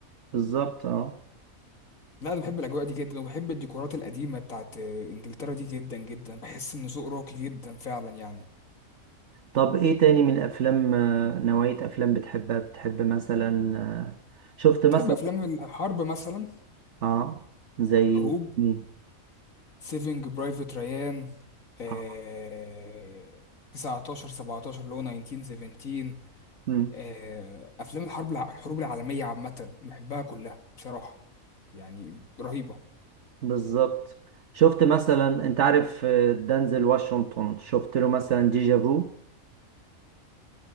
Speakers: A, on the right (about 55°); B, on the left (about 70°).
A: بالظبط اه
B: لا أنا بحب الأجواء دي جدا وبحب الديكورات القديمة بتاعت إنجلترا دي جدا جدا بحس إن ذوق راقي جدا فعلا يعني
A: طب ايه تاني من الافلام آه، نوعيه افلام بتحبها بتحب مثلا آه، شفت مثلا
B: تحب أفلام الحرب مثلا
A: اه زي
B: الحروب
A: مين؟
B: سيفينج برايفت ريان آه...
A: آه.
B: 19 17 اللي هو 1917
A: مم.
B: آه، افلام الحرب الع- الحروب العالميه عامه بحبها كلها بصراحه يعني رهيبه
A: بالظبط شفت مثلا انت عارف آه، دانزل واشنطن شفت له مثلا ديجا فو